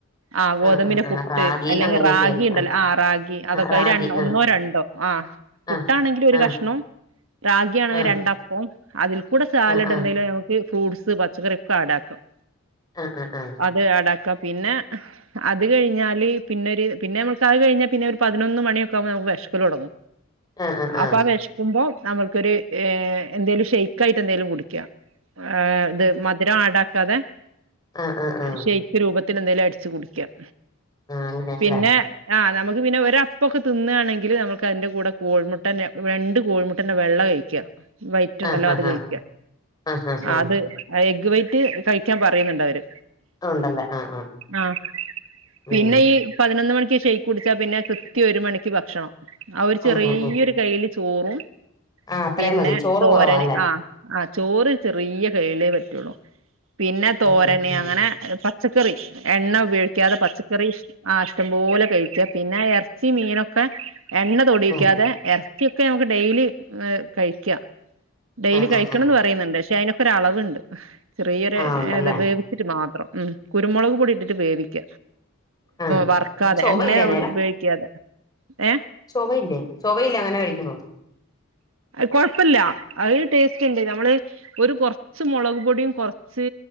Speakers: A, on the right; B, on the left.
A: ആഹ് ഗോതമ്പിന്റെ
B: ആ ആ ആ
A: പുട്ട്
B: റാഗി
A: അല്ലെങ്കി
B: അങ്ങനെയൊക്കെ
A: റാഗി
B: ആയിരിക്കും
A: ഇണ്ടല്ലോ
B: ആ
A: ആഹ് റാഗി അതൊക്കെ
B: ആ റാഗി
A: ര ഒന്നോ
B: ആ
A: രണ്ടോ ആഹ്. പുട്ടാണെങ്കില്
B: ആ
A: ഒരു
B: ആ
A: കഷ്ണം റാഗിണെങ്കി
B: ആ
A: രണ്ട അപ്പൊ അതിൽ കൂടെ സാലഡ്
B: ആ ആ
A: എന്തേലും ഞമക്ക് ഫ്രൂട്ട്സ് പച്ചക്കറിക്കെ ആഡാക്കാം.
B: ആഹ് ആഹ് ആഹ്
A: അത് ആടാക്ക പിന്നെ അത് കഴിഞ്ഞാല് പിന്നെ ഒരു പിന്നെ അമക്ക് അത് കഴിഞ്ഞാ പിന്നെ ഒരു പതിനൊന്ന് മണിക്കെവുമ്പോ അമക്ക് വെഷക്കലൊടങ്ങും.
B: <inaudible> ആഹ്
A: അപ്പൊ ആ വെഷ്ക്കുമ്പോ നമ്മൾക്കൊരു ഏഹ് എന്തേലും ഷെയ്ക്ക് ആയിട്ട് എന്തേലും കുടിക്കാം ആഹ് ഇത് മധുരം ആടാക്കാതെ
B: ആഹ് ആഹ് ആഹ് ആഹ് ആഹ് ആഹ് ആഹ്
A: ഷെയ് രൂപത്തില് എന്തേലും അടിച്ചു കുടിക്കാം
B: അങ്ങനെയാല്ലേ
A: പിന്നെ ആ നമുക്ക് പിന്നെ ഒരപ്പൊക്കെ തിന്ന്കാണെങ്കില് നമുക്ക് അതിന്റെ കൂടെ കോഴിമുട്ടൻ്റെ രണ്ട് കോഴിമുട്ടൻ്റെ വെള്ള കഴിക്കാം വൈറ്റുണ്ടല്ലോ
B: ആഹ് ആഹ്
A: അത് കഴിക്ക
B: ആഹ് ആഹ് ആഹ്
A: അത് എഗ് വൈറ്റ് കഴിക്കാൻ പറയുന്നുണ്ട് അവര്
B: ആഹ് ഉണ്ടല്ലേ ആഹ്
A: ആഹ്
B: ഉം
A: പിന്നെ ഈ പതിനൊന്ന് മണിക്ക് ഷെയ്ഖ് കുടിച്ചാ പിന്നെ കൃത്യം ഒരു മണിക്ക് ഭക്ഷണം അവര്
B: ഉം
A: ചെറിയൊരു
B: ഉം ഉം
A: ഒര് കയ്യില് ചോറും
B: ആഹ് അത്രയും
A: പിന്നെ
B: മതി ചോറ്
A: തോരന്
B: കുറവാല്ലേ
A: ആഹ് ആഹ് ചോറ് ചെറിയ കയ്യിലെ പറ്റുള്ളു പിന്നെ തോരന്
B: ആഹ് ആഹ് ആഹ്
A: അങ്ങനെ പച്ചക്കറി എണ്ണ ഉപയോഗിക്കാതെ പച്ചക്കറി ആ ഇഷ്ടം പോലെ കഴി ക്ക പിന്നെ ഇറച്ചി മീനൊക്കെ എണ്ണ തൊടിയിക്കാതെ
B: ആഹ്
A: എർ ച്ചിയൊക്കെ നമുക്ക് ഡെയിലി കഴിക്കാം ഡെയിലി
B: ആഹ്
A: കഴിക്കണംന്ന്
B: ആഹ് ആഹ്
A: പറയുന്നുണ്ട് പക്ഷെ അതിനൊക്കെ ഒര് അളവുണ്ട് ചെറിയൊരു
B: ആഹ് ഉണ്ടല്ലേ
A: ഏത് വേവി ച്ചിട്ട് മാത്രം ഉം കുരുമുളക് പൊടി ഇട്ടിട്ട് വേവിക്ക
B: ആഹ്
A: വർക്കാതെ
B: ചൊവയില്ലേ
A: എണ്ണയ
B: അന്നേരം
A: ഉപയോഗിക്കാതെ ഏ
B: ചൊവയില്ലേ ചൊവയില്ലേ അങ്ങനെ കഴിക്കുമ്പം
A: കൊഴപ്പില്ല അത് ടേസ്റ്റ് ഉണ്ട് നമ്മള് ഒരു കൊർച്ച് മുളക് പൊടിയും കൊർച്ച്